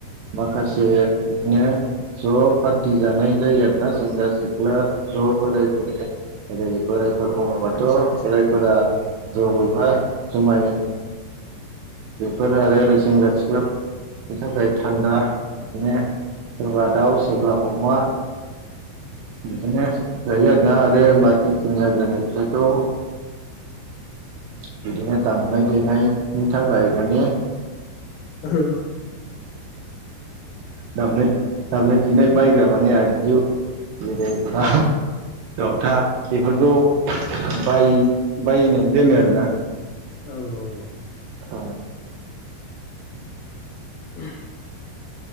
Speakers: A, on the right; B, on the left.
A: माखासे बिदिनो ज' पार्टि जानाय जायो आरोना सेंग्रा सिख्ला ज' बोराय बुरै ओरै बोराय- फोर बुङोबाथ'
B: आदसा आदसा
A: बोराइफोरा जौ एबा जुमाय बेफोर आरो ओरै सेेंग्रा सिखलाफोरनि थाखाय थान्दा बिदिनो सोरबा दाउ सोरबा अमा बिदिनो जायो आरोना आरो बाखि खिनि आग्लायनाय फैसाखौ <inaudible> बिदिनो दामनाय देनाय नि थाखाय माने
B: <unintelligible>
A: दामनाय दामनाय देनाय बायग्रा मानि आगजु बि दै <unintelligible>
B: औ
A: जथा बेफोरखौ बाय बायनानै दोनो आरोना
B: औ औ औ
A: औ
B: <inaudible>